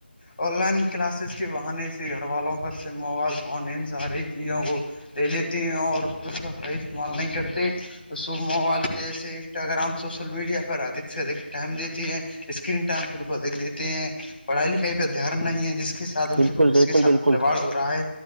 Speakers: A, on the left (about 60°); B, on the right (about 75°).
A: آن لائن کلاسز کے بہانے سے گھر والوں پر سے موبائل فون ان ساری چیوں کو لے لیتی ہیں اور پھر کا صحیح استعمال نہیں کرتے تو صب مو جیسے انسٹاگررام سوشل میڈیا پر ادھ سے ادک ٹائم دیتی ہے اسکرین ٹائم خود کو دیکھ دیتے ہیں پڑھائی لکھائی پہ دھیان نہیں ہے جس کے س ان
B: بالکل
A: کے بوشیہ
B: بالکل
A: کے ساتھ
B: بالکل
A: کھلواڑ ہو رہا ہے